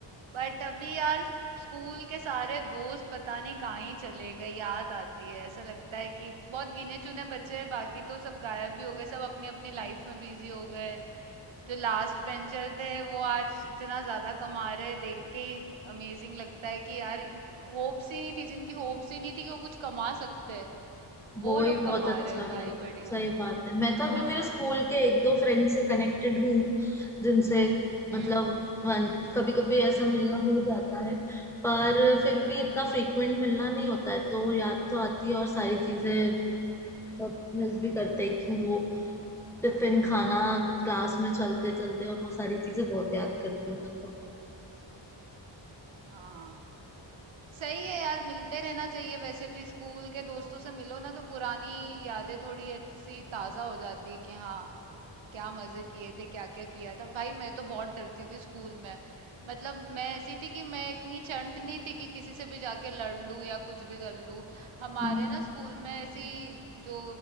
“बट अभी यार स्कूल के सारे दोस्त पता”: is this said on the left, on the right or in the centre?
Right